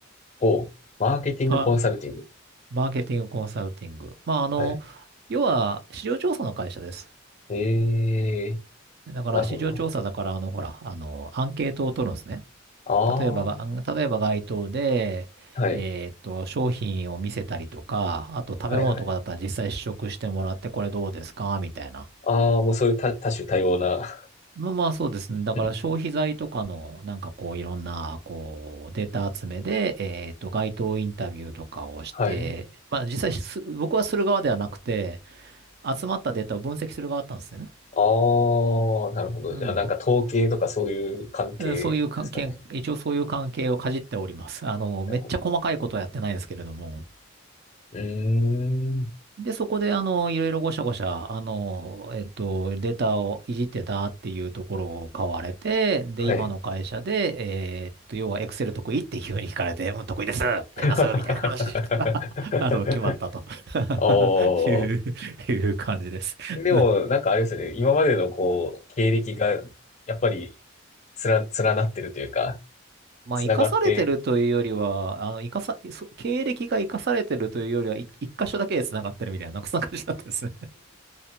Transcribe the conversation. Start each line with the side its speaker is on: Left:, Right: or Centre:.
Left: ほう。マーケティングコンサルティング。
Right: まマーケティングコンサルティング。まあ、あの、
Left: はい。
Right: 要は、市場調査の会社です。
Left: ええ
Right: だから、
Left: なるほど、
Right: 市場調査だから、
Left: なるほど。
Right: あの、ほら、あの、アンケートを取るんですね。
Left: あ
Right: 例えばが、例えば街頭で、
Left: あ、はい。
Right: えーっと、商品を見せたりとか、あと食べ物とかだったら実際試食してもらって、
Left: はい、はい。
Right: これどうですかみたいな。
Left: ああ、もうそういう多、多種多様な。
Right: まあまあそうですね。だから消費財とかの、
Left: うん。
Right: なんかこういろんな、こう、データ集めで、えっと、街頭インタビューとかをして、
Left: はい。
Right: まあ実際す僕はする側ではなくて、集まったデータを分析する側だったんですよね。
Left: ああ、なるほど。
Right: うん。
Left: じゃあ、なんか統計とかそういう関係ですかね。
Right: でそういう関係、一応そういう関係をかじっております。あの、めっちゃ細かいことはやってないですけれども。
Left: なるほど。うーん。
Right: で、そこで、あの、いろいろごしゃごしゃ、あの、えっと、データをいじってたっていうところを買われて、で、
Left: はい。
Right: 今の会社で、えっと、要は、エクセル得意って急に聞かれて、うん、得意です、やります、
Left: <laughs>
Right: みたいな話したら、<laughs> あの、決まったと
Left: おー。
Right: <laughs> いう、いう感じです。
Left: でも、
Right: <laughs>
Left: なんかあれですね。今までのこう、経歴が、やっぱり、つら、連なってるというか、
Right: まあ、
Left: つながって、
Right: 生かされてるというよりは、あの、生かさ、そ経歴が生かされてるというよりは、い一箇所だけで繋がってるみたいな、なんかそんな感じだったですね